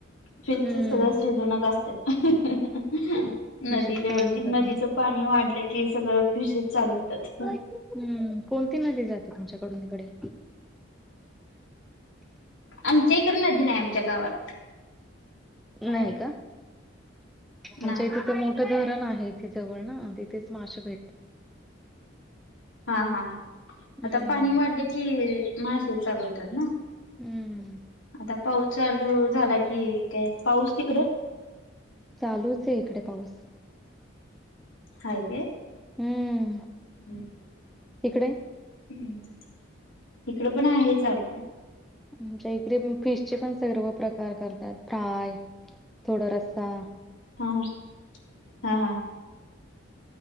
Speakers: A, on the left; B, in the centre.
A: फिश
B: हम्म
A: च सगळ सीजनच असत्यात
B: फिशच
A: नदीचे
B: चालू होतात
A: नदिच
B: मग
A: पाणी वाढल की सगळं फिश च चालू हुतात.
B: हम्म, कोणती नदी जाते तुमच्याकडून तिकडे?
A: आमच्या हिकड नदी नाय आमच्या गावाला.
B: नाही
A: बाहेर
B: का? आमच्या
A: नाही
B: इथे तर मोठं धरण आहे इथे जवळ ना तिथेच मासें भेट
A: हा हा आता
B: हम्म
A: पाणी वाढले की मासे चालू होतात ना?
B: हम्म
A: आता पाऊस चालू झाला की काय पाऊस तिकड?
B: चालूच ए इकडे पाऊस.
A: हाय काय?
B: हुम्म.
A: <inaudible>
B: तिकडे?
A: हम्म, इकड पण आहे चालु.
B: आच्या ईकरे पण फिश चे पण सर्व प्रकार करतात. फ्राय थोडं रसा
A: हा हा, हा हा.